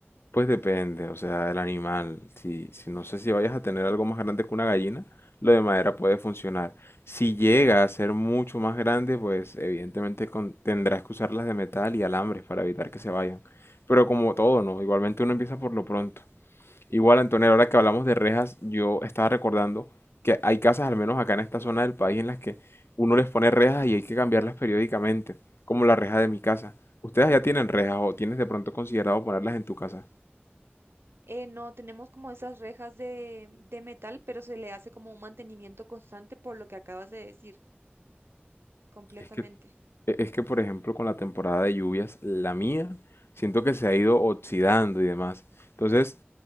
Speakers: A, on the left; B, on the right.
A: pues depende, o sea, del animal, si, si no sé si vayas a tener algo más grande que una gallina, lo de madera puede funcionar. Si llega a ser mucho más grande, pues evidentemente con- tendrás que usar las de metal y alambres para evitar que se vayan. Pero como todo, ¿no? Igualmente uno empieza por lo pronto. Igual, Antonella, ahora que hablamos de rejas, yo estaba recordando que hay casas, al menos acá en esta zona del país, en las que uno les pone rejas y hay que cambiarlas periódicamente, como la reja de mi casa. ¿Ustedes ya tienen rejas o tienes de pronto considerado ponerlas en tu casa?
B: Eh, no, tenemos como esas rejas de, de metal, pero se le hace como un mantenimiento constante por lo que acabas de decir, completamente.
A: Es que E- Es que, por ejemplo, con la temporada de lluvias, la mía, siento que se ha ido oxidando y demás. Entonces,